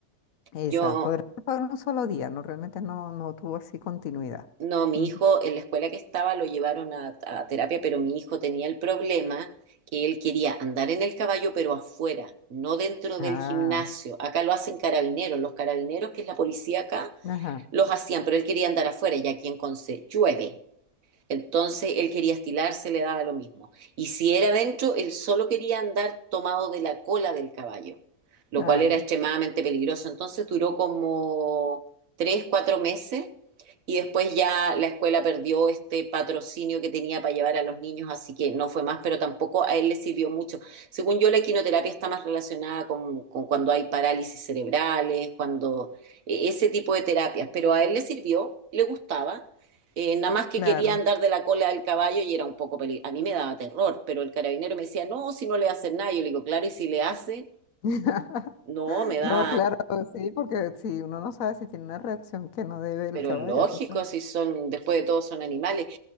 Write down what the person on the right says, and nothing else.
Yo
No, mi
hijo en la escuela que estaba lo llevaron a, a terapia, pero mi hijo tenía el problema que él quería andar en el caballo, pero afuera, no dentro
del gimnasio. Acá lo hacen carabineros, los carabineros, que es la policía acá,
los hacían, pero él quería andar afuera y aquí en Conce llueve. Entonces él quería estilarse, le daba lo mismo. Y si era dentro, él solo quería andar tomado de la cola del caballo, lo
cual era
extremadamente peligroso. Entonces duró como tres, cuatro meses y después ya la escuela perdió este patrocinio que tenía para llevar a los niños, así que no fue más, pero tampoco a él le sirvió mucho. Según yo, la equinoterapia está más relacionada con, con cuando hay parálisis cerebrales, cuando e-, ese tipo de terapias, pero a él le sirvió, le gustaba, eh, nada más que
quería andar de la cola del caballo y era un poco peligroso. A mí me daba terror, pero el carabinero me decía, no, si no le hace nada. Yo le digo, claro, y si le hace,
no, me da,
Pero
lógico,
si son, después de todo son animales.